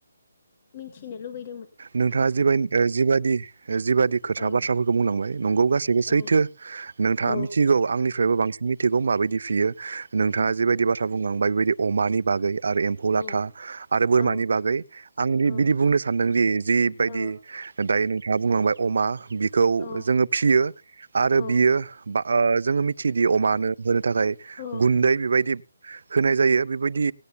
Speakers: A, on the left (about 30°); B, on the right (about 70°).
A: मिथिनो लुबैदों
B: नोंथाङा जिबाय जिबादि जिबादि खोथा
A: औ
B: बाथ्राफोरखौ बुंलांबाय नंगौ गासैबो सैथो
A: औ
B: नोंथाङा
A: औ
B: मिथिगौ आंनिफ्रायबो बांसिन मिथिगौ बेखौ माबायदि फियो नोंथाङा जि बायदि बाथ्रा बुंलांबाय बेबायदि अमानि बागै आरो एम्फौ
A: औ
B: लाथा आरो बोरमानि
A: औ
B: बागै आं
A: औ
B: बिदि बुंनो सानदोंदि। जिबायदि
A: औ
B: दायो नोंथाङा बुंलांबाय अमा बिखौ
A: औ
B: जोङो फियो आरो
A: औ
B: बियो बा जोङो मिथियोदि अमानो होनो थाखाय
A: औ
B: गुन्दै बेबायदि होनाय जायो बेबायदि